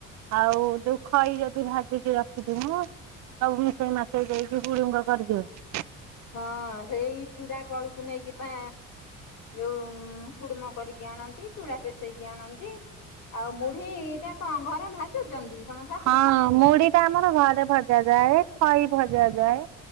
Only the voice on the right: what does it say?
ଆଉ ଯୋଉ ଖଇ ଯଦି ଭାଜିକି ରଖିିବି ହଁ ସବୁ ମିଶେଇ ମାସେଇ ଦେଇକି ଗୁଡଙ୍କ କରିଦିଅନ୍ତିୁ
ହଁ ମୁଢି ଟା ଆମର ଘରେ ଭଜା ଯାଏ ଖଇ ଭଜା ଯାଏ